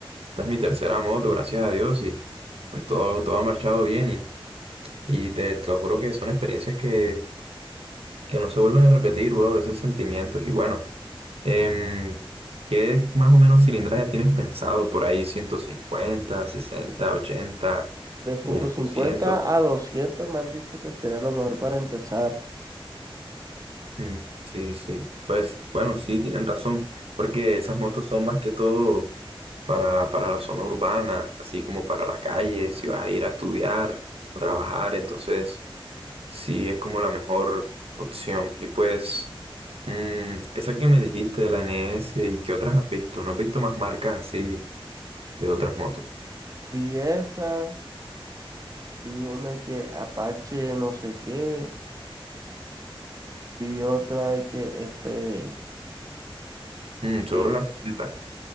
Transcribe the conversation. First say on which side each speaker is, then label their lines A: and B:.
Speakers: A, on the right (about 85°); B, on the right (about 40°).
A: esta es mi tercera moto, gracias a Dios, y pues todo, todo ha marchado bien. Y, y te, te lo juro que son experiencias que, que no se vuelven a repetir, bro, esos sentimientos. Y bueno. Em, ¿qué más o menos cilindraje tienes pensado por ahí? ¿150, 60, 80
B: de ciento
A: o unos
B: cincuenta
A: 200?
B: a 200 me han dicho que sería lo mejor para empezar.
A: Mm, sí, sí. Pues bueno, sí, tienen razón, porque esas motos son más que todo para, para la zona urbana, así como para la calle, si vas a ir a estudiar o trabajar, entonces sí es como la mejor opción. Y pues mm, esa que me dijiste de la N S y qué otras has visto, ¿no has visto más marcas así de otras motos?
B: Vi esa, vi una y que Apache no sé qué, vi otra y que F,
A: Mm, seguro
B: eh,
A: la faceta.